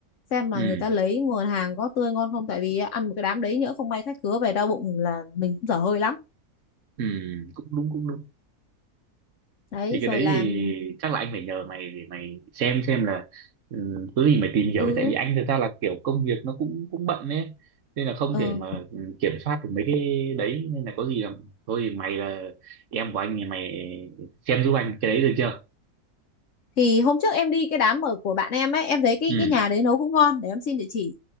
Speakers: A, on the left; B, on the right.
A: xem
B: <laughs>
A: là
B: ừ
A: người ta lấy nguồn hàng có tươi ngon không tại vì ăn một cái đám đấy nhỡ không may khách khứa về đau bụng là mình cũng dở hơi lắm
B: ừ cũng đúng cũng đúng
A: đấy
B: thì cái
A: rồi
B: đấy
A: làm
B: thì chắc là anh phải nhờ mày để mày xem xem là ừ, có gì mày tìm hiểu
A: ừ
B: tại vì anh thực ra là kiểu công việc nó cũng cũng bận ấy nên là không
A: ừ
B: thể mà ừ, kiểm soát được mấy cái đấy nên là có gì là thôi thì mày là em của anh thì mày xem giúp anh cái đấy được chưa
A: thì hôm trước em đi cái đám ở của bạn em ấy em thấy cái
B: ừ
A: cái nhà đấy nấu cũng ngon để em xin địa chỉ